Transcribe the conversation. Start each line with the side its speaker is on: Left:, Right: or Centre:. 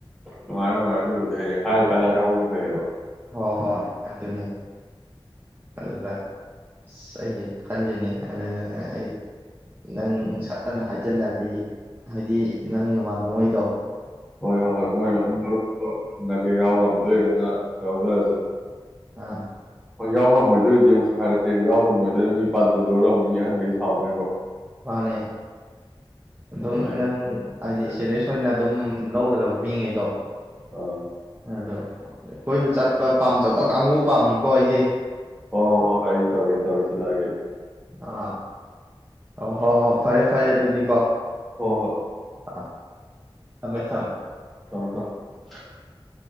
Centre: ꯅꯨꯡꯉꯥꯏ ꯅꯨꯡꯉꯥꯏꯔꯦ ꯑꯗꯨꯕꯨꯗꯤ ꯍꯌꯦꯡ ꯍꯥꯏ ꯇꯔ ꯍꯍꯧꯕ ꯐꯩꯌꯦꯕ
Right: ꯍꯣ ꯍꯣꯏ ꯑꯗꯨꯅꯤ ꯑꯗꯨꯗ ꯑꯁ ꯑꯩꯗꯤ ꯈꯜꯂꯤꯅꯦ ꯑꯗꯨꯅ ꯑ ꯑꯩ ꯅꯪ ꯅ ꯍꯩꯖꯜꯂꯗꯤ ꯍꯥꯏꯗꯤ ꯅꯪ ꯅꯃꯥꯟꯗꯉꯣꯏꯗꯣ
Centre: ꯍꯣꯏ ꯍꯣꯏ ꯍꯣꯏ ꯃꯣꯏꯅ ꯑꯗꯨꯝ ꯃꯔꯒꯦ ꯌꯥꯎ ꯉꯝꯗꯣꯏꯒꯅ ꯌꯥꯧꯖ
Right: ꯑꯥ
Centre: ꯍꯣꯏ ꯌꯥꯎ ꯉꯝꯃꯣꯏꯗꯣꯏꯗꯤ ꯑꯃꯨꯛꯁꯨ ꯍꯥꯏꯔꯛꯀꯦ ꯌꯥꯎ ꯉꯝꯃꯣꯏꯗꯣꯏ ꯃꯤ <unintelligible>
Right: ꯃꯥꯅꯦ꯫ ꯑꯗꯨꯝ
Centre: ꯑꯗꯣ ꯑꯩ
Right: ꯅꯪ ꯍꯥꯏꯗꯤ
Centre: ꯍꯥꯏꯐꯦꯠ
Right: ꯁꯦꯔꯤꯌꯁ ꯑꯣꯏꯅ ꯑꯗꯨꯝ ꯂꯧꯒꯗꯕꯅꯤ꯫ ꯃꯤꯉꯩꯗꯣ
Centre: ꯑꯥ
Right: ꯑꯗꯣ ꯀꯣꯏꯕ ꯆꯠ ꯄꯥꯝꯖꯕ ꯀꯥꯡꯕꯨ ꯄꯥꯝꯃꯤꯀꯣ ꯑꯩꯗꯤ ꯫
Centre: ꯍꯣꯌ ꯑꯩ ꯇꯧꯒꯦ ꯇꯧ ꯒꯦ ꯁꯤꯂꯥꯒꯦ ꯑꯩ
Right: ꯑꯥ꯫ ꯑꯣ ꯍꯣꯏ -ꯍꯣꯏ ꯐꯔꯦ - ꯐꯔꯦ ꯑꯗꯨꯗꯤ ꯀꯣ
Centre: ꯍꯣꯏ ꯍꯣꯏ
Right: ꯑꯥ ꯊꯝꯃꯦ - ꯊꯥꯝꯃꯦ꯫
Centre: <unintelligible>